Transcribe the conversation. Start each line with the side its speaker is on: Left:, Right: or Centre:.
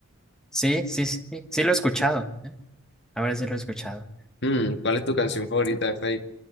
Centre: Sí, sí, sí, sí lo he escuchado. Ahora sí lo he escuchado.
Left: Mm, ¿cuál es tu canción favorita de Faith?